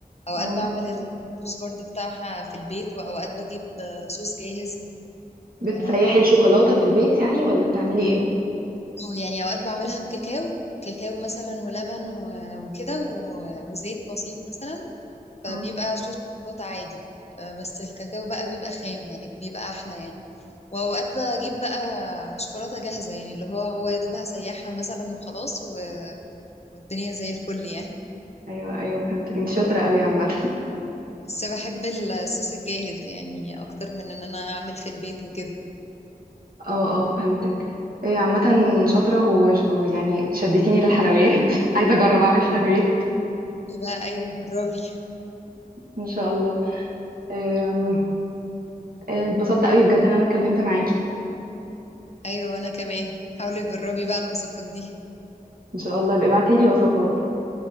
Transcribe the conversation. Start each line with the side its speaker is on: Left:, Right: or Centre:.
Left: أوقات
Right: اه
Left: بعمل الصوص برضو بتاعها في البيت وأوقات بجيب صوص جاهز
Right: بتسيحي
Left: آه،
Right: الشوكولاته في البيت يعني ولا بتعملي ايه
Left: يعني أوقات بعملها بكاكاو كاكاو مثلا ولبن و- وكده و- وزيت بسيط مثلا فبيبقى
Right: اه
Left: صوص شوكولاتة عادي آه، بس الكاكاو بقى بيبقى خام يعني بيبقى أحلى يعني واوقات بجيب بقى شوكولاته جاهزه يعني اللي هو هو يا دوبها سيحها مثلا وخلاص و- والدنيا زي الفل يعني
Right: ايوه ايوه فهمتك انت شاطره قوي عامه
Left: بس بحب الصوص الجاهز يعني اكتر من ان انا اعمل في البيت وكده
Right: اه اه فهمتك إيه عامة شاطرة وش- ويعني شدتيني للحلويات <laughs> عايزة أجرب أعمل حلويات
Left: دي بقى ايوه جربي
Right: إن شاء الله أم، إيه، اتبسطت قوي بجد إن أنا اتكلمت معاكي
Left: ايوه وانا كمان حاولي تجربي بقى الوصفات دي
Right: إن شاء الله ابقي ابعتيلي وصفات